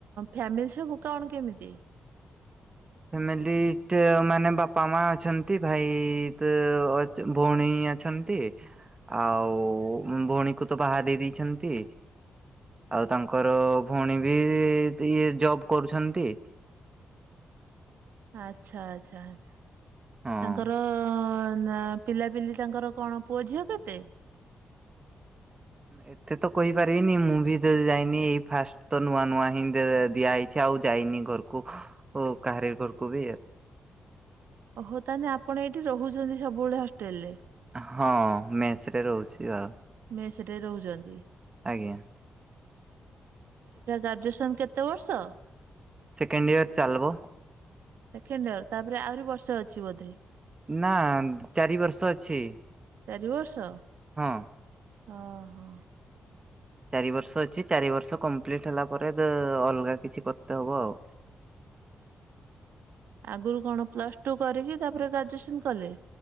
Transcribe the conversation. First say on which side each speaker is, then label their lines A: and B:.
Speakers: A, on the right (about 85°); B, on the right (about 25°).
A: ଫ୍ୟାମିଲି ସବୁ କଣ କେମିତି?
B: ଫ୍ୟାମିଲି ଟେ ମାନେ ବାପା ମା ଅଛନ୍ତି ଭାଇ ତ ଅ ଚ ଭଉଣୀ ଅଛନ୍ତି। ଆଉ ଭଉଣୀକୁ ତ ବାହା ଦେଇ ଦେଇଛନ୍ତି। ଆଉ ତାଙ୍କର ଭଉଣୀ ବି ଇଏ ଜବ୍ କରୁଛନ୍ତି।
A: ଆଚ୍ଛା ଆଛା ଆଛା
B: ହଁ।
A: ତାଙ୍କର ନା ପିଲାପିଲି ତାଙ୍କର କଣ ପୁଅ ଝିଅ କେତେ?
B: ଏତେ ତ କହିପାରିବିନି ମୁଁ ବି ତ ଯାଇନି ଏଇ ଫାଷ୍ଟ। ତ ନୂଆ ନୂଆ ହିଁ ଦିଆହେଇଛି ଆଉ ଯାଇନି ଘରକୁ କାହାରି ଘରକୁ ବି।
A: ଓହୋ ତାହେଲେ ଆପଣ ଏଇଠି ରହୁଛନ୍ତି ସବୁବେଳେ ହଷ୍ଟେଲ ରେ?
B: ହଁ ମେସରେ ରହୁଛି ଆଉ।
A: ମେସରେ ରହୁଛନ୍ତି।
B: ଆଜ୍ଞା।
A: ଏଟା ଗ୍ରାଜୁଏସନ କେତେ ବର୍ଷ?
B: ସେକେଣ୍ଡ ଇୟର ଚାଲବ।
A: ସେକେଣ୍ଡ ଇୟର ତାପରେ ଆହୁରି ବର୍ଷେ ଅଛି ବୋଧେ।
B: ନା ଚାରି ବର୍ଷ ଅଛି।
A: ଚାରି ବର୍ଷ?
B: ହଁ।
A: ଓ ହୋ।
B: ଚାରି ବର୍ଷ ଅଛି ଚାରି ବର୍ଷ କମ୍ପ୍ଲିଟ ହେଲା ପରେ ଅଲଗା ଦେ ଅଲଗା କିଛି କରତେ ହବ ଆଉ।
A: ଆଗରୁ କଣ ପ୍ଲସ ଟୁ କରିକି ତାପରେ ଗ୍ରାଜୁଏସନ କଲେ?